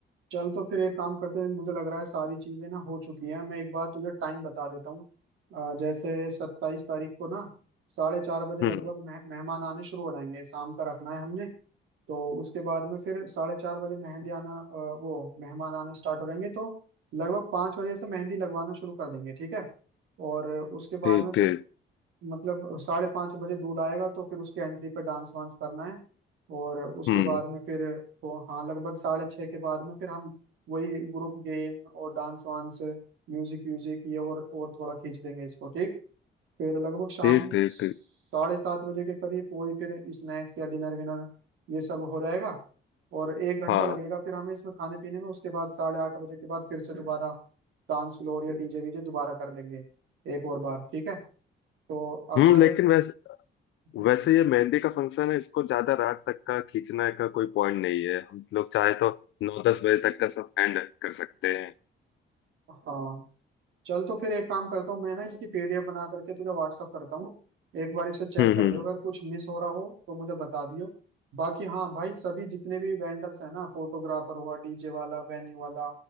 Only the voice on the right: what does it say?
चल तो फिर एक काम करते हैं मुझे लग रहा है सारी चीजें ना हो चुकी हैं मैं एक बार तुझे टाइम बता देता हूँ अ, जैसे सत्ताईस तारीख को ना साढ़े चार बजे
लगभग मेह- मेहमान आने शुरू हो जाएंगे शाम का रखना है हमने तो उसके बाद में फिर साढ़े चार बजे मेहंदी आना अ, वो मेहमान आना स्टार्ट हो जाएंगे तो लगभग पाँच बजे से मेहंदी लगवाना शुरू कर देंगे ठीक है और उसके
बाद में
फिर मतलब साढ़े पाँच बजे दूल्हा आएगा तो फिर उसके एंट्री पे डांस वांस करना है और उसके
बाद में फिर वो हाँ लगभग साढ़े छः के बाद में फिर हम वही ग्रुप गेम और डांस वांस म्यूजिक व्यूजिक ये और और थोड़ा खींच देंगे इसको ठीक फिर लगभग शाम
साढ़े सात बजे के करीब वही फिर स्नैक्स या डिनर विनर ये सब हो जाएगा और एक घंटा
लगेगा फिर हमें इसमें खाने पीने में उसके बाद साढ़े आठ बजे के बाद फिर से दोबारा डांस फ्लोर या डीजे वीजे दोबारा कर लेंगे एक और बार ठीक है तो अगर
हम्म,
हाँ चल तो फिर एक काम करता हूँ मैं ना इसकी पीडीएफ बना करके तुझे व्हाट्सअप करता हूँ एक बार इसे चेक
कर
लियो
अगर कुछ मिस हो रहा हो तो मुझे बता दियो बाकी हाँ भाई सभी जितने भी वेंडर्स हैं ना फोटोग्राफर हुआ डीजे वाला वेन्यू वाला